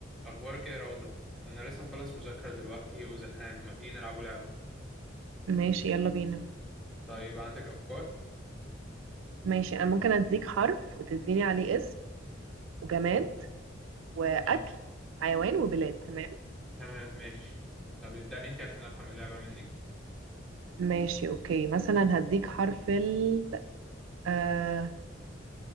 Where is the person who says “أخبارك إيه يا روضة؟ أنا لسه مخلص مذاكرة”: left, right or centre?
Centre